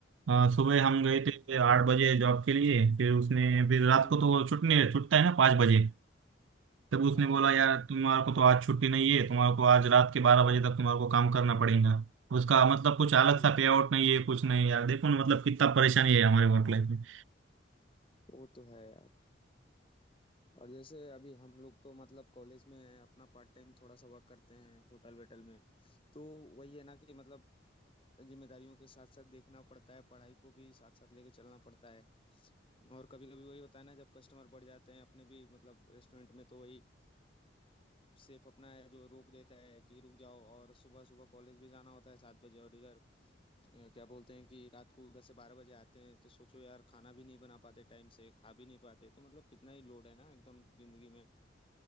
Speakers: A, on the right; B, on the left.
A: अ, सुबह
B: हम्म
A: हम गए थे आठ बजे जॉब के लिए फिर उसने फिर रात
B: हम्म।
A: को तो छुट्टी छुटता है ना पाँच बजे तब उसने
B: हाँ
A: बोला
B: हाँ
A: यार तुम्हारे को तो आज छुट्टी नहीं है तुम्हारे को आज रात के बारह बजे तक तुम्हारे को काम करना पड़ेगा उसका मतलब कुछ अलग
B: ठीक
A: सा पे
B: है
A: आउट नहीं है कुछ नहीं यार देखो ना मतलब कितना परेशानी है हमारे वर्क लाइफ
B: वो तो है यार और जैसे अभी हम लोग तो मतलब कॉलेज में हैं अपना पार्ट टाइम थोड़ा सा वर्क करते हैं होटल वेटल में तो वही है ना कि मतलब जिम्मेदारियों के साथ साथ देखना पड़ता है पढ़ाई को भी साथ साथ लेके चलना पड़ता है और कभी कभी वही होता है ना जब कस्टमर बढ़ जाते हैं अपने भी मतलब रेस्टोरेंट में तो वही सेफ अपना है जो रोक देता है कि रुक जाओ और सुबह सुबह कॉलेज भी जाना होता है सात बजे और इधर अ, क्या बोलते हैं कि रात को उधर से बारह बजे आते हैं तो सोचो यार खाना भी नहीं बना पाते टाइम से खा भी नहीं पाते तो मतलब कितना ही लोड है ना एकदम जिंदगी में